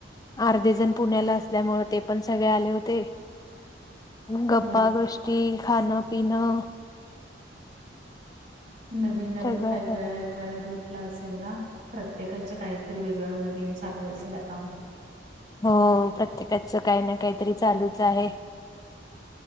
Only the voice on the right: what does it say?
भर
नवीन नवीन
काही
वेळ आहेत. सला भेटलं असेल ना प्रत्येकाच्या काहीतरी वेगळं नवीन चालू असेल आता.